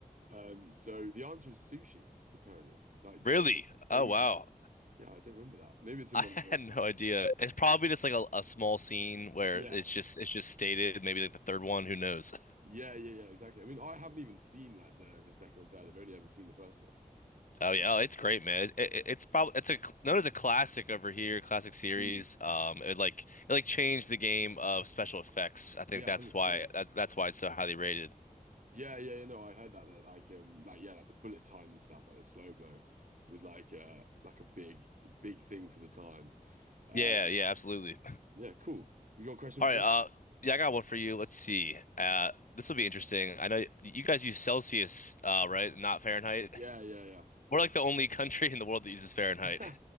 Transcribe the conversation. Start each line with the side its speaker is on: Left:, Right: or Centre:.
Right: Um, so the answer is sushi, apparently. Like the
Left: Really?
Right: code.
Left: Oh wow.
Right: Yeah, I don't remember that. Maybe
Left: <laughs>
Right: it's in
Left: I
Right: one of the later
Left: had no
Right: ones.
Left: idea. It's probably just like a, a small scene where
Right: Yeah.
Left: it's just it's just stated, maybe like the third one, who knows?
Right: Yeah, yeah, yeah, exactly. I mean, I haven't even seen like the the second and third. I've only ever seen the first one.
Left: Oh yeah, oh, it's great, man. It, it, it's probably it's a cl- known as a classic over here, classic series.
Right: Hmm.
Left: Um, it like it like changed the game of special effects. I think
Right: Yeah,
Left: that's
Right: 100%.
Left: why that, that's why it's so highly rated.
Right: Yeah, yeah, yeah, no, I heard that that like um like yeah, like the bullet time and stuff, like the slow-mo was like uh like a big big thing for the time. Uh,
Left: Yeah, yeah, absolutely.
Right: yeah, cool. You got a question
Left: All
Right: for
Left: right,
Right: me?
Left: uh, yeah, I got one for you. Let's see. Uh, this will be interesting. I know you guys use Celsius, uh, right? Not Fahrenheit.
Right: Yeah, yeah,
Left: <laughs> We're like the only country in the world that uses Fahrenheit.
Right: yeah.